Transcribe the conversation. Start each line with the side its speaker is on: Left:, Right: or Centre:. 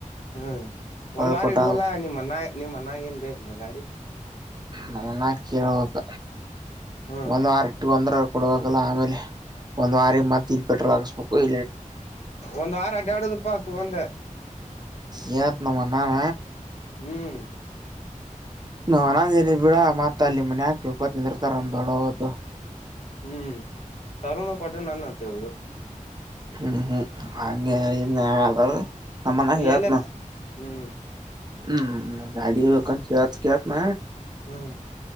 Left: ಹ್ಮ್ ಒಂದ್
Right: ಹೊಳ್
Left: ವಾರ
Right: ಕೊಟ್ಟ
Left: ಇಡ್ುವಲ್ಲ ನಿಮ್ಮ ಅನ್ನ ನಿಮ್ಮ ಅನ್ನಾಗ ಏನ್ ಬೇಕ ನ ಗಾಡಿ
Right: ನನ್ನ ಕೇೇಳಬೇಕ
Left: ಹ್ಮ್
Right: ಒಂದ್ ವಾರ ಇಟ್ಟಗ ಒಂದ್ರ ಕೊಡಬೇಕ ಆಲ್ಲ ಆಮೇಲೆ ಒಂದ್ ವಾರ ಮತ್ ಇ ಪಟ್ರ ಆಕಸ್ಮಕ್ಕ
Left: ಒಂದ್ ವಾರ ಅಡ್ಡಾಡುದಪ್ಪಾ ತಗೊಂಡ
Right: ಇ ತ್ನಮ್ಮ ನಾಮ
Left: ಹ್ಮ್
Right: ನಾ್ ನಂದನ ಬಿಡ ಮತ್ತ ಅಲ್ಲಿ ಮನೆ ಹಾಕಿಕೊಿರ್ತಾರಮ್ ದೊಡ್ಡ ಹು
Left: ಹ್ಮ್ ತರುಣ ಕೊಟ್ಟೆ ನನ್ ಅತ್ತೇವದು
Right: ಹ್ಮ ಹ ಹಗೆ
Left: ಹ್ಮ್
Right: ಇದನ್ರು ನಮ್ಮನ
Left: ನೀ
Right: ಹೇಳತ್ನು
Left: ಎಲ್ಲ ಹ್ಮ್
Right: ಹ್ಮ್ ಗಾಡಿಿಯಕ ಚತಕ್ಕೆತನ
Left: ಹ್ಮ್